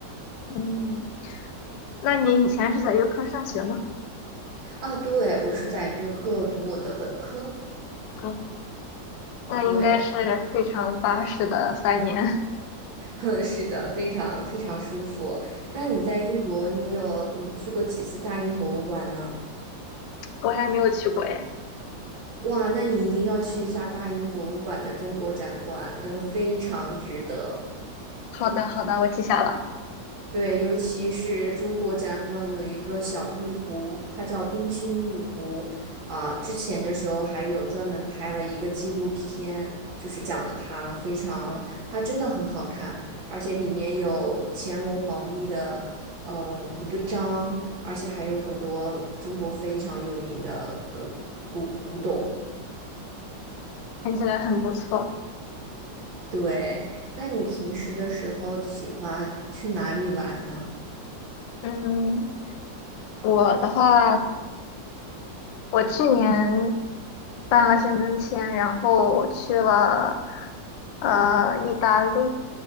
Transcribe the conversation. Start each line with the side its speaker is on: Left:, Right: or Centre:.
Left: 嗯，那你以前是在约克上学吗？
Right: 啊。对，我是在约克读我的本科，
Left: 嗯，那应该是非常巴适的三年，
Right: 对。<laughs> 哼，是的，非常非常舒服。那你在英国，你有你去过几次大英博物馆呢？
Left: <laughs> 我还没有去过耶。
Right: 哇，那你一定要去一下大英博物馆的中国展馆，嗯，非常值得。
Left: 好的，好的，我记下了，
Right: 对，尤其是中国展馆有一个小玉壶，它叫冰心玉壶。啊、之前的时候还有专门拍了一个纪录片，就是讲了它非常，它真的很好看，而且里面有乾隆皇帝的嗯一个章，而且还有很多中国非常有名的呃古古董。
Left: 听起来很不错。
Right: 对，那你平时的时候喜欢去哪里玩呢？
Left: 嗯，我的话，我去年办了签证签，然后我去了呃意大利，